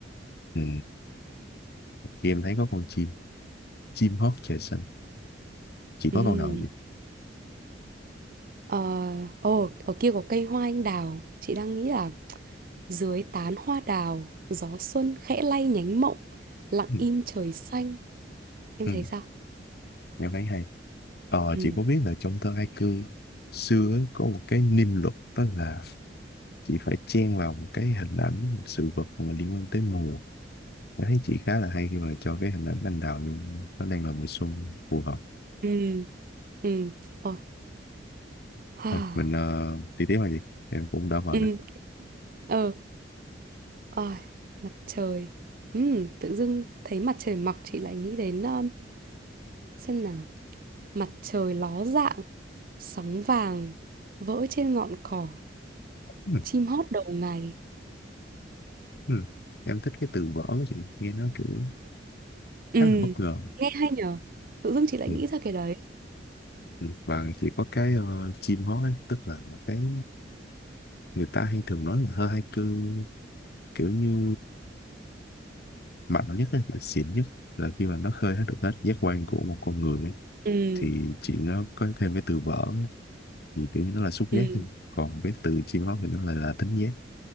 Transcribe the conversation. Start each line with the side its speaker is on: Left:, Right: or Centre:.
Left: Ừ. Kia em thấy có con chim, chim hót trời xanh. Chị
Right: ừ
Left: có câu nào vậy
Right: ờ ồ, ở kia có cây hoa anh đào chị đang nghĩ là dưới tán hoa đào gió xuân khẽ lay nhánh mộng lặng
Left: Ừ.
Right: im trời xanh em
Left: Ừ.
Right: thấy sao
Left: Em thấy hay. Ờ,
Right: ừ
Left: chị có biết là trong thơ haiku xưa ấy, có một cái niêm luật đó là chị phải chen vào một cái hình ảnh, một sự vật mà liên quan tới mùa. Em thấy chị khá là hay khi mà cho cái hình ảnh anh đào vô, nó đang là mùa xuân phù hợp.
Right: ừ ừ ôi ha
Left: Thôi, mình ờ, đi tiếp là gì? Em cũng đã mệt
Right: ừ
Left: rồi.
Right: ờ ôi mặt trời ừ tự dưng thấy mặt trời mọc chị lại nghĩ đến um, xem nào Mặt trời ló dạng, sóng vàng vỡ trên ngọn cỏ,
Left: Ừ.
Right: chim hót đầu ngày.
Left: Ừ. Em thích cái từ vỡ của chị nghe nó kiểu
Right: Ừ,
Left: khá là bất ngờ
Right: nghe hay nhở? Tự dưng chị lại
Left: ừ.
Right: nghĩ ra cái đấy.
Left: Ừ. Và chỉ có cái ờ, chim hót ấy, tức là cái người ta hay thường nói là hơi haiku kiểu như mạnh nhất ấy, xịn nhất là khi mà nó khơi hết được hết giác quan của một con người ấy.
Right: Ừ,
Left: Thì chị nó có thêm cái từ vỡ ấy, thì kiểu như nó là xúc giác
Right: ừ,
Left: thôi. còn cái từ chim hót thì nó lại là thính giác